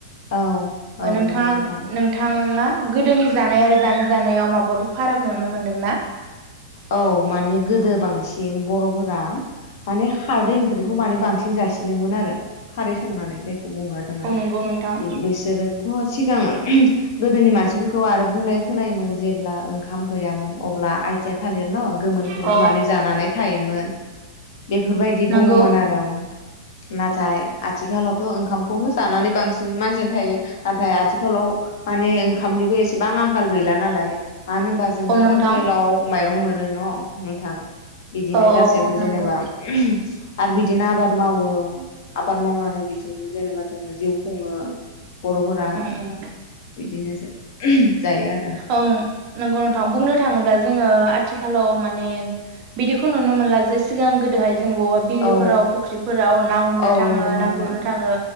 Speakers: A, on the left; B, on the right.
A: औ
B: ओ
A: औ
B: नोंथाङा
A: नंगौ नोंथां
B: नोंथांना गोदोनि जानाय आरो दानि जानायाव माबा फाराग नुनो मोन्दों ना?
A: औ माने गोदो बांसिन बर'फोरा माने खारदै ओंख्रिखौ माने बांसिन जासिनोमोन आरो खारै संनानै जाय खौ बुङो जोङो
B: औ नंगौ नोंथां
A: बिसोरोथ सिगां गोदोनि मानसिफोरखौ आरो बुंनाय खोनायोमोन जेब्ला ओंखाम गैयामोन अब्ला आयथिया थालिर न गोमोनखौनो
B: अ
A: माने जानानै थायोमोन। बेफोरबायदि
B: नंगौ
A: बुङोमोन आरो। नाथाय आथिखालावथ ओंखामखौनो जानानै बांसिन मानसियानो थायो। नाथाय आथिखालाव माने ओंखामनिबो एसेबां आंखाल गैला नालाय। मानो होनबा जों
B: औ नोंथां
A: कन्ट्रेलाव माइरं मोनो न नोंथां। बिदिनो
B: औ
A: गासैबो
B: औ
A: जेनेबा
B: नंगौ
A: आरो बिदिनो आबाद मावो आबाद मावनानै बेजोंनो जेनेबा जोङो जिउ खुङो। बर'फोरा
B: उम उम
A: बिदिनोसो जायो आरो।
B: ओं नंगौ नोंथां बुंनो थाङोब्ला जोङो आथिखालाव माने बिदिखौ नुनो मोनला जे सिगां गोदोहाय जों बवाव बिलोफोराव
A: औ
B: फुख्रिफोराव ना हमनो
A: औ
B: थाङो
A: नंगौ
B: ना
A: नोंथां
B: गुरनो थाङो